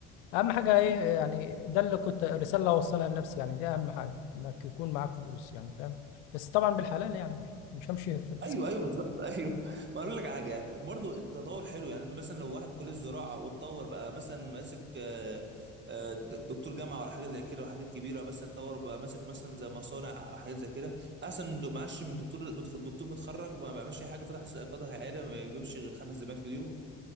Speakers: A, on the left (about 80°); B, on the right (about 35°).
A: اهم حاجه ايه يعني ده اللي كنت الرساله اللي هوصلها لنفسي يعني دي اهم حاجه انك يكون معاك فلوس يعني فاهم بس طبعا بالحلال يعني مش همشي في الس-
B: ايوه ايوه بالظبط <laughs> ايوه ما اقول لك على حاجه برضو التطور حلو يعني انتوا مثلا لو واحد كليه الزراعه واتطور بقى مثلا ماسك آه، آه، د- دكتور جامعه ولا حاجه زي كده وحاجات كبيره مثلا اتطور وبقى ماسك مثلا زي مصانع او حاجات زي كده احسن من دو- معاش من دكتور بدخل- دكتور متخرج ما بيعملش اي حاجه فتح فتح عياده ما بيجيبش غير خمس زبائن في اليوم